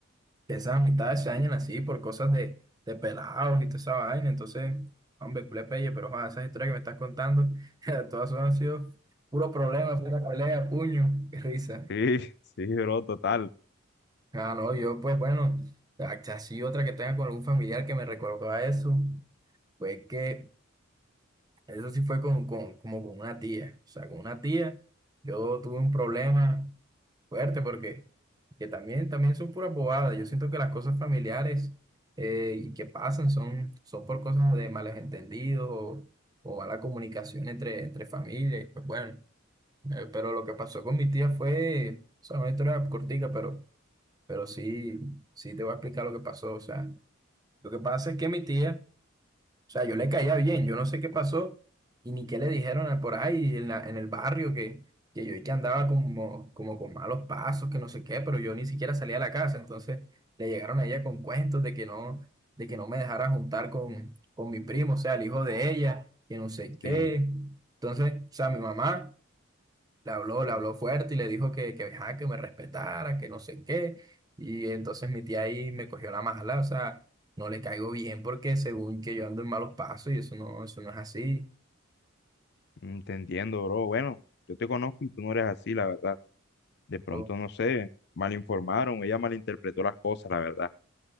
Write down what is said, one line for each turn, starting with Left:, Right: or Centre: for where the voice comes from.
Right: esas amistades se dañan así por cosas de, de pelados y toda esa vaina. Entonces, hombre, culé pelle, pero joder, esas historias que me estás contando, <laughs> todas son- han sido puro problema, pura pelea, puño, qué risa.
Left: Sí, <laughs> sí, bro, total.
Right: Ah, no, yo pues bueno, así otra que tenga con algún familiar que me recordó a eso, fue que Eso sí fue con, con, como con una tía. O sea, con una tía yo tuve un problema fuerte porque que también, también son puras bobadas. Yo siento que las cosas familiares eh, y que pasan son, son por cosas de malos entendidos o, o mala comunicación entre, entre familia. Y pues bueno, eh, pero lo que pasó con mi tía fue, o sea, una historia cortica, pero, pero sí, sí te voy a explicar lo que pasó. O sea, lo que pasa es que mi tía... O sea, yo le caía bien, yo no sé qué pasó y ni qué le dijeron por ahí en la- en el barrio que, que yo y que andaba como, como con malos pasos, que no sé qué, pero yo ni siquiera salía a la casa. Entonces le llegaron a ella con cuentos de que no, de que no me dejara juntar con, con mi primo, o sea, el hijo de ella, que no sé qué.
Left: Sí,
Right: Entonces, o sea, mi mamá. Le habló, le habló fuerte y le dijo que, que, ajá, que me respetara, que no sé qué. Y entonces mi tía ahí me cogió la mala, o sea, no le caigo bien porque según que yo ando en malos pasos y eso no, eso no es así.
Left: mm, te entiendo, bro. Bueno, yo te conozco y tú no eres así, la verdad. De pronto,
Right: Oh,
Left: no sé, mal informaron, ella malinterpretó las cosas, la verdad.